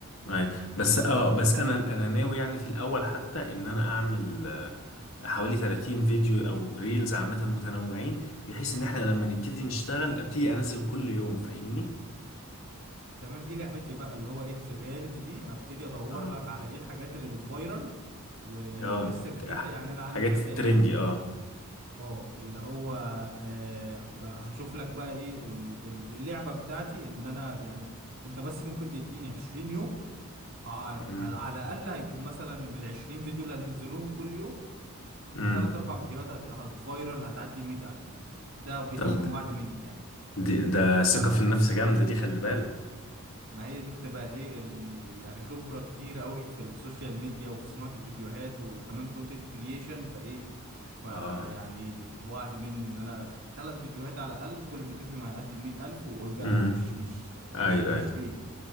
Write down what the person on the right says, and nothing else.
تمام دي لعبتي بقى اللي هو ايه تسيبها لي دي ابتدي ادور
لك على ايه الحاجات اللي بتفايرل و...
ولسه جديدة
يعني انا عندي
كده
ايه
اه اللي هو آه ب- هشوف لك بقى ايه ال- ال- اللعبة بتاعتي ان انا يعني انت بس ممكن تديني 20 يوم ع- هل-
على الأقل هيكون مثلا من العشرين فيديو اللي هنزلوهم كل يوم
تلات أربع فيديوهات هت- هتفايرل هتعدي المية ألف ده بي
هيكون وعد مني يعني
ما هي دي بتبقى ايه ال... يعني خبرة كتير قوي في السوشيال ميديا وفي صناعة الفيديوهات وكمان كونتنت كرييشن فايه فيعني
وعد مني ان انا تلات فيديوهات على الأقل كل فيديو فيهم هيعدي المية ألف وأورجانيك
مش مش مش
مش
بيد